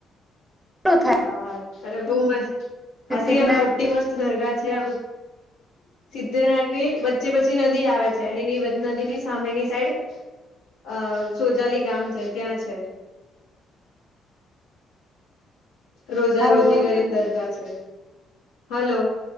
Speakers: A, on the right (about 15°); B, on the left (about 85°).
A: થાય
B: હા અરે બહુ મસ્ત
A: સિદ્ધિ
B: ખાસી
A: વિનાયક
B: આમ મોટી મસ્ત દરગાહ છે આમ, સિદ્ધ્યવિનાયક ની વચ્ચે વચ્ચી નદી આવે છે અનેની નદી ની સામેની સાઈડ અ સોજાલી ગામ છે, ત્યાં છે. રોજા
A: હલો.
B: રોજી કરીને દરગાહ છે, હલો.